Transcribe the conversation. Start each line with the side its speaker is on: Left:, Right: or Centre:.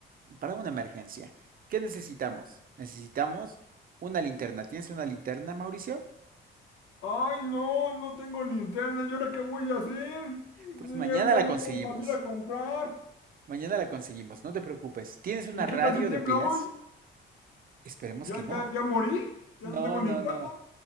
Right: para una emergencia. ¿Qué necesitamos? Necesitamos una linterna. ¿Tienes una linterna, Mauricio?
Left: Ay, no, no tengo linterna. ¿Y ahora qué voy a hacer?
Right: Pues
Left: Y
Right: mañana
Left: ahorita
Right: la
Left: no
Right: conseguimos.
Left: puedo salir a comprar.
Right: Mañana la conseguimos, no te preocupes. ¿Tienes una
Left: ¿Y
Right: radio
Left: qué tal si tiembla
Right: de pilas?
Left: hoy?
Right: Esperemos
Left: ¿Ya,
Right: que no.
Left: ya, ya morí? ¿Ya no
Right: No,
Left: tengo linterna?
Right: no, no.